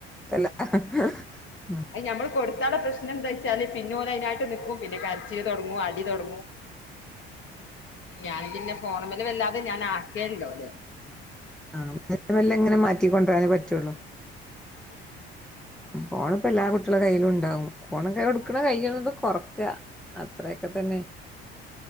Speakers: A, in the centre; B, on the left.
A: <unintelligible>
B: അ ഞമ്മള് കൊടുക്കാനുള്ള പ്രശ്നം എന്താ വെച്ചാല് പിന്നെോല് അതിനായിട്ട് നൽക്കും പിന്നെ കരച്ചീൽ തുടങ്ങും അടി തുടങ്ങും. ഞൻ പിന്നെ ഫോണുമ്മല് വല്ലാതെ ഞാൻ ആക്കല്ലോ ഓലെ.
A: ആ <unintelligible> മെല്ലങ്ങനെ മാറ്റി കൊണ്ടോവനേ പറ്റുള്ളൂ.
B: ആ
A: ഫോണ്പ്പ എല്ലാ കുട്ടികള കൈയിലും ഉണ്ടാവും ഫോണൊക്കെ കൊടുക്കണ
B: ആഹ്
A: കൈയ്ണതുംകൊറക്കാ. അത്രൊക്കെ തന്നെ.